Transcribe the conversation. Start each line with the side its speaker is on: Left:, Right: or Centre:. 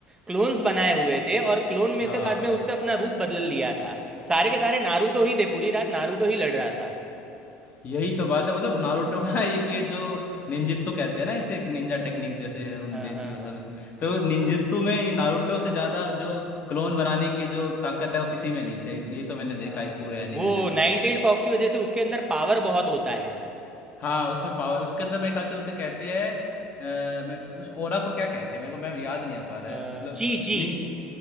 Right: क्लोन्स बनाए हुए थे और क्लोन में
Left: हाँ
Right: से बाद में उसने अपना रूप बदल लिया था सारे के सारे नारुतो ही थे पूरी रात नारुतो ही लड़ रहा था
Left: यही तो बात है मतलब नारुतो का <laughs> एक ये जो निंजित्सु कहते हैं ना ऐसे एक निंजा टेक्निक जैसे हम
Right: हाँ
Left: देसी
Right: हाँ
Left: भाषा
Right: हाँ
Left: में तो निंजित्सु
Right: हाँ,
Left: में ये नारुतो से ज़्यादा जो क्लोन बनाने की जो ताकत है वो किसी में नहीं थे इस- ये तो मैंने देखा
Right: हाँ।
Left: इस पूरे एनीमे
Right: वो
Left: में
Right: नाइन टेल्ड फॉक्स की वजह से उसके अंदर पावर बहुत होता है
Left: हाँ उसमें पावर उसके अंदर मेरे ख्याल से उसे कहते हैं अ, मैं उस ओरा को क्या कहते हैं मेरे को मैं याद नहीं आ पा रहा है
Right: अ,
Left: मतलब
Right: ची ची
Left: निन